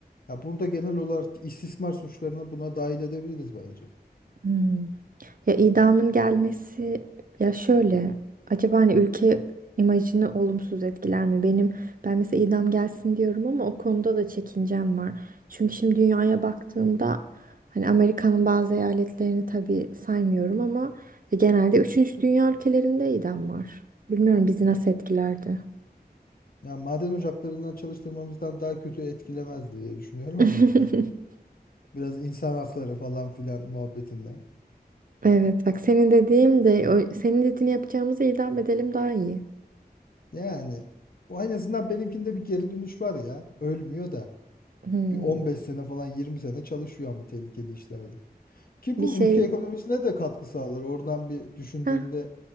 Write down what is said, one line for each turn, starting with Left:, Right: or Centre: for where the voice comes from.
Left: Ya burada genel olarak istismar suçlarını buna dahil edebiliriz bence.
Right: Hmm. Ya idamın gelmesi ya şöyle acaba hani ülke imajını olumsuz etkiler mi? Benim ben mesela idam gelsin diyorum ama o konuda da çekincem var. Çünkü şimdi dünyaya baktığımda hani Amerika'nın bazı eyaletlerini tabii saymıyorum ama e, genelde üçüncü dünya ülkelerinde idam var. Bilmiyorum bizi nasıl etkilerdi.
Left: Ya maden ocaklarından çalıştırmamızdan daha kötü etkilemez diye düşünüyorum
Right: <laughs>
Left: ama <laughs> biraz insan hakları falan filan muhabbetinden.
Right: Evet bak senin dediğim de o, senin dediğini yapacağımıza idam edelim daha iyi.
Left: Yani o en azından benimkinde bir geri dönüş var ya. Ölmüyor da.
Right: Hmm.
Left: Bir 15 sene falan 20 sene çalışıyor ama tehlikeli işlerde. Ki
Right: Bir
Left: bu
Right: şey
Left: ülke ekonomisine de katkı sağlar. Oradan bir düşündüğünde
Right: ha